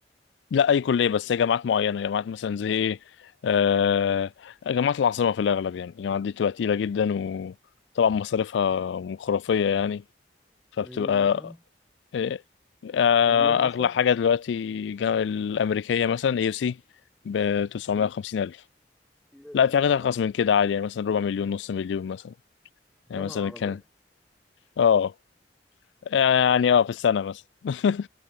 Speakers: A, on the left; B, in the centre.
A: لا أي كلية بس هي جامعات معينة جامعات مثلا زي إيه أه جامعات العاصمة في الأغلب يعني الجامعات دي بتبقى تقيلة جدا وطبعا مصاريفها خرافية يعني فبتبقى
B: مليون مثلا
A: إيه، آه،
B: مليون مثلا
A: أغلى حاجة دلوقتي جا- الأمريكية مثلا اي يو سي ب 950 ألف
B: ياه،
A: لا في حاجات أرخص من كده عادي يعني مثلا ربع مليون نص مليون مثلا
B: بتمن
A: يعني مثلا
B: عربيه
A: كان اه يعني اه في السنة مثلا <laughs>